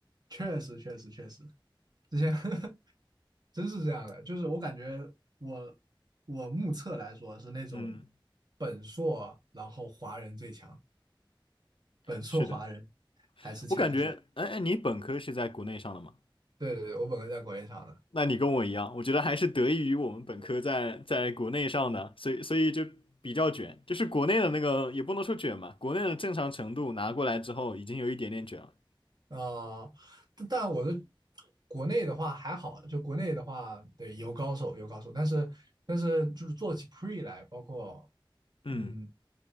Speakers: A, on the right; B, on the left.
A: 确实确实确实，之前 <laughs> 真是这样的，就是我感觉我我目测来说是那种
B: 嗯，
A: 本硕，然后华人最强，本硕华人
B: 是的，
A: 还是强一些。
B: 我感觉，哎哎，你本科是在国内上的吗？
A: 对对对，我本科在国内上的，
B: 那你跟我一样，我觉得还是得益于我们本科在在国内上的，所以所以就比较卷，就是国内的那个也不能说卷吧，国内的正常程度拿过来之后，已经有一点点卷了。
A: 啊，但但我的国内的话还好，就国内的话，对，有高手有高手，但是但是就是做起 pre 来，包括。
B: 嗯。
A: 嗯，